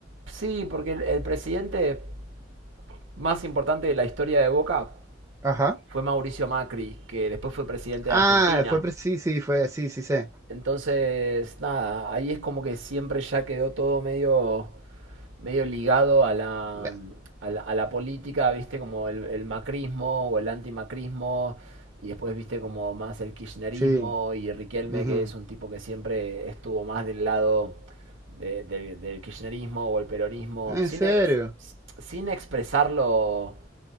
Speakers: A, on the right; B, on the right.
A: sí, porque el, el presidente más importante de la historia de Boca
B: Ajá.
A: fue Mauricio Macri, que después fue presidente
B: Ah,
A: de Argentina.
B: fue, pre- sí, sí, fue, sí, sí, sé.
A: Entonces, nada, ahí es como que siempre ya quedó todo medio medio ligado a la,
B: La-
A: a la, a la política, viste, como el, el macrismo o el antimacrismo, y después viste como más el kirchnerismo
B: sí.
A: y Riquelme,
B: ujú.
A: que es un tipo que siempre estuvo más del lado de- de- del kirchnerismo o el peronismo,
B: Ah, en
A: sin,
B: serio.
A: ex- sin expresarlo.